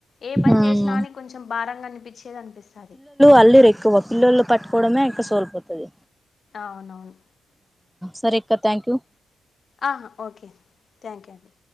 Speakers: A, on the left; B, in the centre.
A: ఏ పని
B: ఉమ్
A: చేసినా కని కొంచెం భారంగా అనిపించేదనిపిస్తది
B: పల్రు ఎక్కువ పిళ్ళోళ్ళు పట్కోవడమే ఆయక్క సోల్పోతది
A: అవునవును
B: సరే అక్క థ్యాంక్ యూ
A: ఆ ఓకే థ్యాంక్ యూ అండి